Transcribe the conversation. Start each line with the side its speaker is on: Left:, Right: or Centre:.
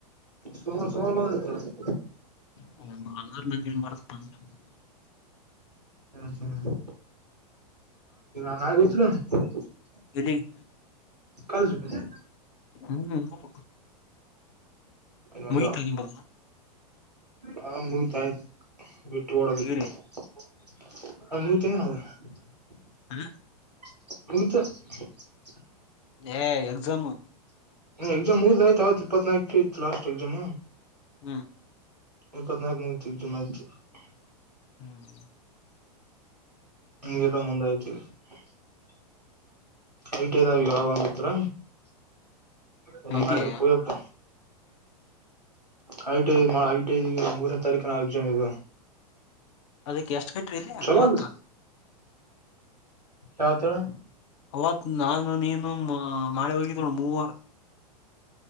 Right: ಸೋಮಾರ ಸೋಮವಾರ ಬಂದತ್ತು
Left: <unintelligible>
Right: ಹ್ಮ್ ಹ್ಮ್ <unintelligible>
Left: ಎಲ್ಲಿಗ
Right: ಕಾಲೇಜಿಗೆ
Left: ಹ್ಮ್ ಹ
Right: ಅಲ್ಲೊಂದು
Left: ಮುಗಿತಾದ
Right: ಹಾ ಮುಗಿತಾಯ್ ಬಿಟ್ಟು ಓಡದವಿ
Left: ಡಿಗ್ರಿ
Right: <unintelligible>
Left: ಹ
Right: <unintelligible>
Left: ಏ ಎಕ್ಸಾಮು
Right: ಎಕ್ಸಾಮ್ ಮುಗದ ಹೋಯ್ತ ಅವತ್ತ ಇಪ್ಪತ್ನಾಲ್ಕು ಇತ್ತು ಲಾಸ್ಟ್ ಎಕ್ಸಾಮ್
Left: ಹ್ಮ್
Right: ಈ ಇಪ್ಪತ್ನಾಲ್ಕು ಮೂಗತಿ <unintelligible>
Left: ಹ್ಮ್
Right: <unintelligible> ಐಟ್ ಇದಾವ ಯಾವಂಗತ್ರ ಎಲ್ಲ
Left: ಐ
Right: ಮಾಡ್ರ
Left: ಟಿ ಐ
Right: ಪೂಯಪ್ಪ ಹೌದು ಐಟ್ ಐದು ಐ ಐದಗ ಮೂರನೇ ತಾರೀಕು ನಾವ ಎಕ್ಸಾಮ್ ಈಗ
Left: ಅದಕ್ಕೆ ಎಷ್ಟ್ ಕಟ್ರಿ ಇಲ್ಲಿ
Right: ಚಲೋ
Left: ಅವತ್
Right: ಯಾವತ ಹೇಳು
Left: ಅವತ್ ನಾನು ನೀನು ಮಾಳೆ ಹೋಗಿದ ನೋಡ ಮೂವರ್